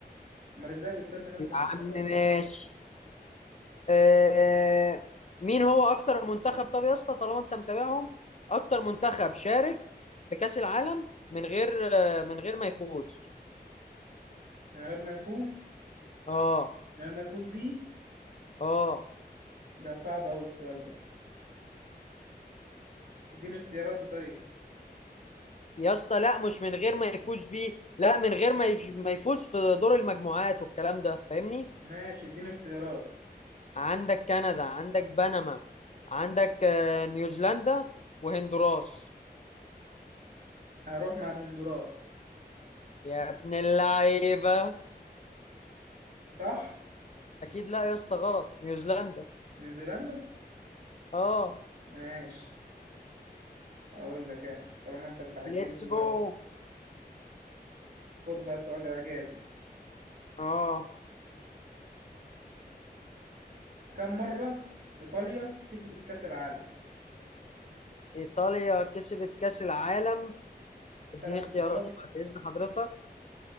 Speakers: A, on the right; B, on the left.
A: امال ازاي بتسمي نفسك
B: يا عم
A: بالطريقه
B: ماشي
A: كده
B: آه، مين هو اكتر منتخب طب يا اسطى طالما انت متابعهم اكتر منتخب شارك في كأس العالم من غير آه، من غير ما يفوز
A: من غير ما يفوز
B: اه
A: من غير ما يفوز بيه
B: اه
A: ده صعب اوي السؤال ده اديني اختياراتي طيب
B: يا اسطى لا مش من غير ما يفوز بيه لا من غير ما يج- ما يفوز في دور المجموعات والكلام ده فاهمني
A: ماشي اديني اختيارات
B: عندك كندا عندك بنما عندك آه، نيوزيلندا وهندوراس
A: هروح مع الهندوراس
B: يا ابن اللعيبة
A: صح
B: اكيد لا يا اسطى غلط نيوزيلندا
A: نيوزيلندا
B: اه
A: ماشي اقول لك انا طالما انت بتعجزني
B: ليتس جو
A: بقى خد بقى سؤال اعجازي
B: اه
A: كم مره ايطاليا كسبت كاس العالم
B: إيطاليا كسبت كأس العالم اديني
A: ثلاث
B: اختياراتي
A: مرات
B: بعد إذن حضرتك